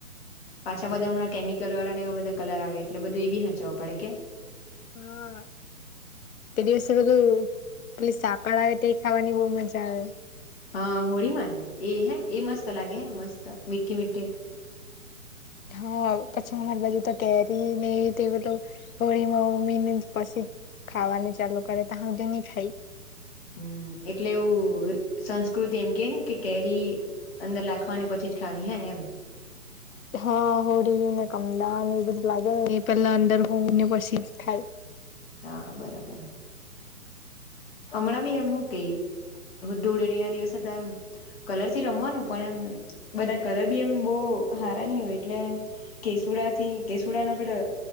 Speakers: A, on the left; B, on the left.
A: પાછા બધા હમણાં કેમિકલ વાળા ને એવા બધા કલર આવે એટલે બધું એ બી હચાવવું પડે કે <inaudible>
B: હા તે દિવસે ઓલુ પેલી સાકર આવે તે ખાવાની બહુ મજા આવે
A: હા હોળી માં ને એ હે એ મસ્ત લાગે હે મસ્ત મીઠી મીઢી
B: હા પછી અમારી બાજુ તો કે હું મે તો હોળીમાં મમ્મી ને પછી ખાવાની ચાલુ કરેતો તા લાગી ની ખાઈ
A: હમ્મ એટલે એવું સંસ્કૃતિ એમ કે ને કે કેરી અંદર લાખવાની પછી જ ખાવાની હે ને એમ
B: હા હોળીને કમદાને એ બધું લાગે ને એ પેલા અંદર હોમે ને પછી થાય
A: હા બરાબર હમણાં બી એમ હું કેઈ ધૂળેટી ના દિવસે હતા એમ કલર થી રમવાનું પણ એમ બધા કલર બી એમ બોહ બહુ હારાની હોય એટલે કેસુડા થી કેસુડા નો પેલો